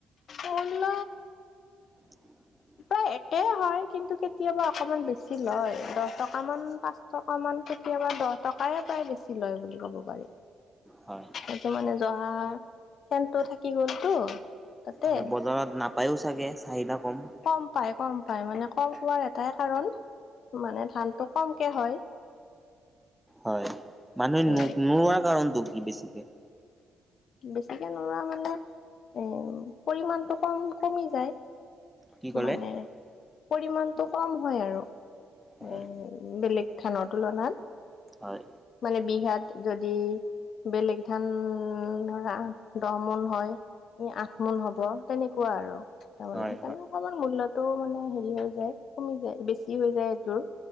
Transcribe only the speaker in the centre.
<inaudible>
হয়।
হয়, বজাৰত নাপায়ও চাগে চাহিদা কম।
হয়, মানুহে ন-নোৱাৰোৱা
কাৰণতটো কি বেছিকে?
কি ক'লে?
হয়
হয়।
হয়